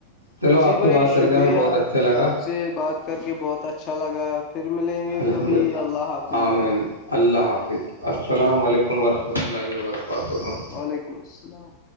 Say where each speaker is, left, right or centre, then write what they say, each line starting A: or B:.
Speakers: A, on the left; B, on the left.
A: چلو
B: جی
A: آپ
B: بھائی
A: سے بات
B: شکریہ
A: کر کے ہمیں بہت اچھا لگا
B: آپ سے بات کر کے بہت اچھا لگا ہے پھر ملیں گے
A: الحمد
B: کبھی
A: للہ
B: اللہ حافظ
A: آمین
B: بھائی
A: اللہ حافظ السلام
B: اللہ حافظ،
A: علیکم ورحمۃ اللہ و برکاتہ
B: وعلیکم السلام